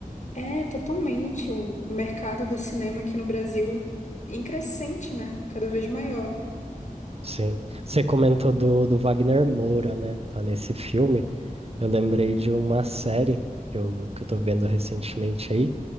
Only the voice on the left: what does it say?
É, totalmente. O, o mercado do cinema aqui no Brasil em crescente, né? Cada vez maior.